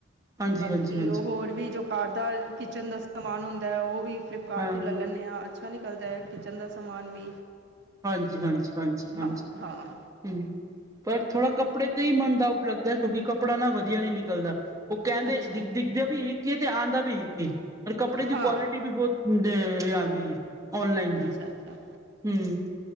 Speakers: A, on the right; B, on the right.
A: ਹਾਂਜੀ-ਹਾਂਜੀ-ਹਾਂਜੀ,
B: ਬਾਕੀ ਉਹ ਹੋਰ ਵੀ ਜੋ ਘਾਰ ਦਾ, ਕਿਚਨ ਦਾ ਸਮਾਨ ਹੁੰਦਾ। ਉਹ ਵੀ ਫਲਿੱਪਕਾਟ
A: ਹਾਂ,
B: ਤੋਂ ਲੈ ਲੈਂਨੇ ਆ। ਅੱਛਾ ਨਿਕਲਦਾ ਕਿਚਨ ਦਾ ਸਮਾਨ ਵੀ
A: ਹਾਂਜੀ-ਹਾਂਜੀ, ਹਾਂਜੀ-ਹਾਂਜੀ।
B: ਹਾਂ ਹਾਂ
A: ਹੂੰ, ਪਰ ਥੋੜ੍ਹਾ ਕੱਪੜੇ ਤੁਹੀ ਮਨ ਡਾਊਟ ਲੱਗਦਾ। ਕਿਉਂਕਿ ਕੱਪੜਾ ਨਾ ਵਧੀਆ ਨਿਕਲਦਾ। ਉਹ ਕਹਿੰਦੇ
B: ਅੱਛਾ
A: ਦਿਖ-ਦਿਖਦੇ
B: ਅੱਛਾ
A: ਵੀ ਕੀ ਇਹ ਤੇ ਆਂਦਾ ਵੀ ਇੱਕ। ਪਰ ਕੱਪੜੇ ਦੀ
B: ਹਾਂ
A: ਕੁਆਲਿਟੀ ਵੀ ਬਹੁਤ ਡੇ ਅ ਆਂਦੀ। ਔਨਲਾਈਨ ਦੀ,
B: ਅੱਛਾ-ਅੱਛਾ।
A: ਹੂੰ,